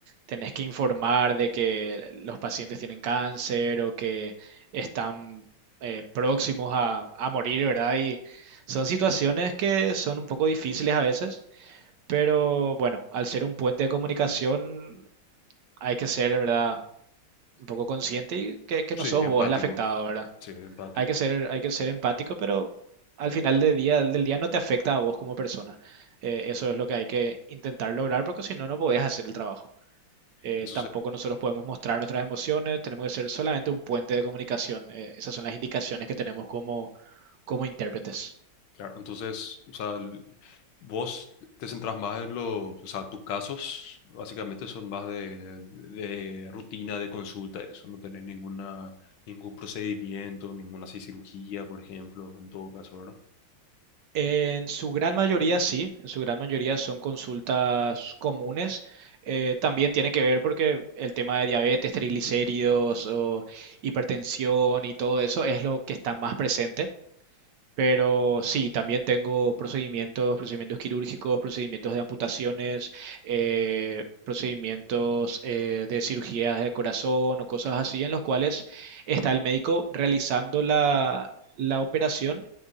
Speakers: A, on the right; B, on the left.
A: tenés que informar de que los pacientes tienen cáncer o que están eh, próximos a, a morir, ¿verdad? Y son situaciones que son un poco difíciles a veces, pero bueno, al ser un puente de comunicación hay que ser, ¿verdad? Un poco consciente y que, que
B: sí,
A: no sos
B: empático,
A: vos el afectado, ¿verdad?
B: sí, empático.
A: Hay que ser, hay que ser empático, pero al final del día, del día no te afecta a vos como persona. Eh, eso es lo que hay que intentar lograr, porque si no, no podés hacer el trabajo. Eh,
B: Entonces,
A: tampoco nosotros podemos mostrar nuestras emociones, tenemos que ser solamente un puente de comunicación. Eh, esas son las indicaciones que tenemos como, como intérpretes.
B: Claro, entonces, o sea, l- vos te centras más en los, o sea, tus casos básicamente son más de, de rutina, de consulta, eso, no tenés ninguna, ningún procedimiento, ninguna así cirugía, por ejemplo, en todo caso, ¿verdad?
A: En su gran mayoría sí, en su gran mayoría son consultas comunes. Eh, también tiene que ver porque el tema de diabetes, triglicéridos o hipertensión y todo eso es lo que está más presente. Pero sí, también tengo procedimientos, procedimientos quirúrgicos, procedimientos de amputaciones, eh, procedimientos eh, de cirugías de corazón o cosas así, en los cuales está el médico realizando la, la operación